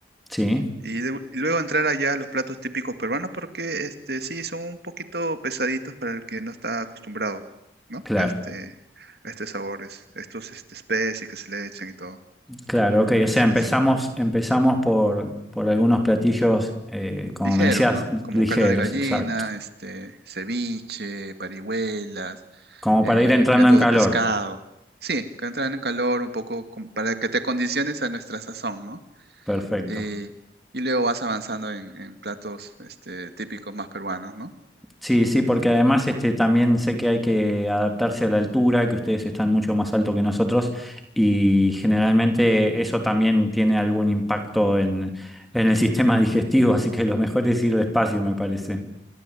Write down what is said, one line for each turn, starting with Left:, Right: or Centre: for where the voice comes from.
Centre: Sí,
Right: Y, de- y luego entrar allá a los platos típicos peruanos porque este sí son un poquito pesaditos para el que no está acostumbrado, ¿no?
Centre: claro.
Right: A este, a estos sabores, estos este, especies que se le echan y todo.
Centre: Claro, ok, o sea,
Right: Así
Centre: empezamos,
Right: es.
Centre: empezamos por, por algunos platillos, eh, como
Right: Ligeros,
Centre: me decías,
Right: ¿no? Como
Centre: ligeros,
Right: caldo de gallina,
Centre: exacto.
Right: este, ceviche, parihuelas,
Centre: Como
Right: eh,
Centre: para ir entrando
Right: caldo
Centre: en calor.
Right: de pescado. Sí, que entran en calor un poco como para que te condiciones a nuestra sazón, ¿no?
Centre: Perfecto.
Right: Eh, y luego vas avanzando en, en platos este, típicos más peruanos, ¿no?
Centre: Sí, sí, porque además este, también sé que hay que adaptarse a la altura, que ustedes están mucho más alto que nosotros y generalmente eso también tiene algún impacto en, en el <laughs> sistema digestivo, así que lo mejor es ir despacio, me parece.